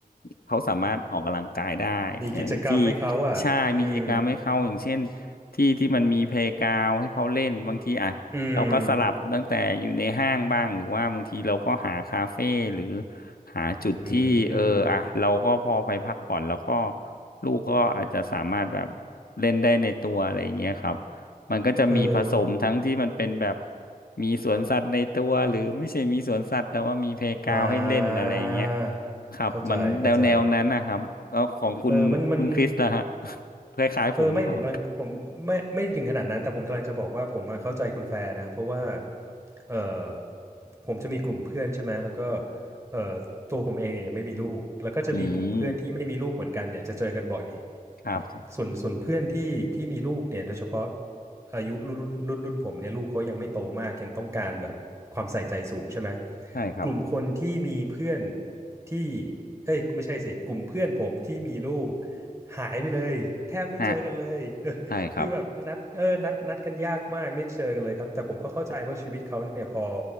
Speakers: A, on the left; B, on the right.
A: เขาสามารถออกกำลังกายได้อย่างที่
B: มีกิจกรรมให้เขาอ่ะอืม
A: ใช่มีกิจกรรมให้เขาอย่างเช่นที่ที่มันมีเพลย์กราวให้เขาเล่น บางทีอ่ะเราก็สลับตั้งแต่อยู่ในห้างบ้างหรือว่าบางทีเราก็หาคาเฟ่หรือ
B: อืม
A: หาจุดที่เอออ่ะเราก็พอไปพักผ่อนแล้วก็
B: อืม
A: ลูกก็อาจจะสามารถแบบเล่นได้ในตัวอะไรอย่างเงี้ยครับ มันก็จะมีผสมทั้งที่มันเป็นแบบ
B: เออ
A: มีสวนสัตว์ในตัวหรือไม่ใช่มีสวนสัตว์แต่ว่ามีเพลย์กราวด์ให้เล่นอะไรอย่างเงี้ย
B: อ่า
A: ครับมันแนวแนวนั้นนะครับแล้วของคุณคุณคริสล่ะฮะ
B: เข้าใจเข้าใจเออมันมัน
A: <laughs> คล้ายๆผมหรือเปล่า
B: เออไม่ผมกำลังผมไม่ไม่ถึงขนาดนั้นแต่ผมกำลังจะบอกว่าผมอะเข้าใจคุณแฟร์นะเพราะว่าเออผมจะมีกลุ่มเพื่อนใช่ไหมแล้วก็เออ ตัวผมเองเนี่ยยังไม่มีลูกแล้วก็จะมีกลุ่มเพื่อนที่ไม่มีลูกเหมือนกันเนี่ยจะเจอกันบ่อย
A: อืมครับ
B: ส่วนส่วนเพื่อนที่ที่มีลูกเนี่ยโดยเฉพาะอายุรุ่นรุ่นรุ่นรุ่นผมเนี่ยลูกเขายังไม่โตมากยังต้องการแบบความใส่ใจสูงใช่ไหม
A: ใช่ครับ
B: กลุ่มคนที่มีเพื่อนที่เอ้ยไม่ใช่สิกลุ่มเพื่อนผมที่มีลูกหายไปเลยแทบไม่เจอกันเลย
A: ฮะใช่ครับ
B: คือแบบนัดเออนัดนัดกันยากมากไม่เจอกันเลยครับแต่ผมก็เข้าใจเพราะชีวิตเขาเนี่ยพอ